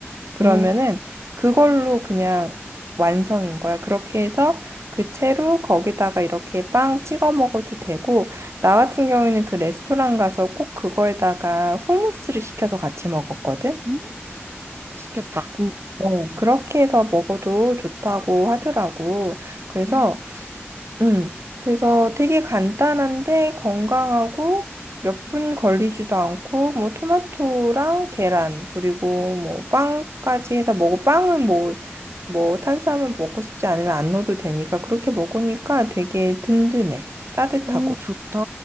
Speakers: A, on the right; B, on the right.
A: 그러면은
B: 음,
A: 그걸로 그냥 완성인 거야. 그렇게 해서 그 채로 거기다가 이렇게 빵 찍어 먹어도 되고, 나 같은 경우에는 그 레스토랑 가서 꼭 그거에다가 후무스를 시켜서 같이 먹었거든.
B: 응. 맛있겠다.
A: 근 어, 그렇게 해서 먹어도 좋다고 하더라고. 그래서,
B: 음.
A: 음, 그래서 되게 간단한데 건강하고 몇 분 걸리지도 않고, 뭐, 토마토랑 계란, 그리고 뭐, 빵까지 해서 먹고, 빵은 뭐, 뭐 탄수화물 먹고 싶지 않으면 안 넣어도 되니까 그렇게 먹으니까 되게 든든해. 따뜻하고.
B: 오, 좋다.